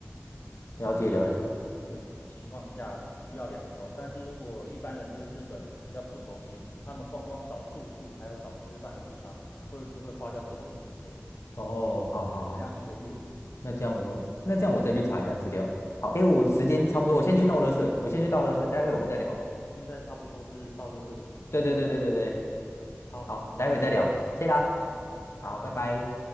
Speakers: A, on the left; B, on the left.
A: 了解了解。
B: 相对比较熟悉的情况下需要两周，但是如果一般人对日本比较不熟悉，他们光光找住宿还有找吃饭的地方，会就会花掉更多时间，
A: 哦，好好好，
B: 以可能要一个月。
A: 那这样我那这样我再去查一下资料。好，诶，我时间差不多，
B: 哎，也可以等你退休了。
A: 我先去倒垃圾，我先去倒垃圾，
B: 哦，
A: 待会我们再聊。
B: 先静一静，现在差不多是到垃圾的时间。
A: 对对对对对对，
B: 好，
A: 好，
B: 没问题。
A: 待会再聊，
B: 嗯
A: 谢啦，
B: 好，拜拜。
A: 好，拜拜。